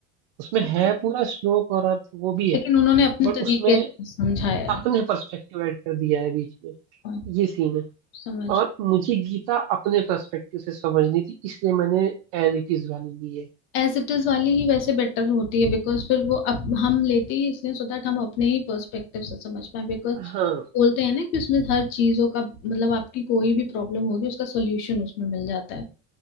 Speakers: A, on the right; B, on the left.
A: उसमें
B: बिल्कुल
A: है पूरा श्लोक और अर्थ वो भी
B: लेकिन
A: है
B: उन्होंने अपने
A: बट
B: तरीके
A: उसमें
B: से समझाया
A: अपने
B: है
A: पर्सपेक्टिव ऐड कर दिया है बीच में
B: और
A: ये सीन है
B: समझ
A: और मुझे गीता अपने पर्सपेक्टिव से समझनी थी इसलिए मैंने एज इट इज वाली ली है
B: एज इट इज वाली ही वैसे बेटर होती है बिकॉज फिर वो अप, हम लेते ही इसलिए सो दैट हम अपने ही पर्सपेक्टिव से समझ पाए बिकॉज
A: हाँ
B: बोलते हैं ना कि उसमें हर चीजों का मतलब आपकी कोई भी प्रॉब्लम होगी उसका सोल्यूशन उसमें मिल जाता है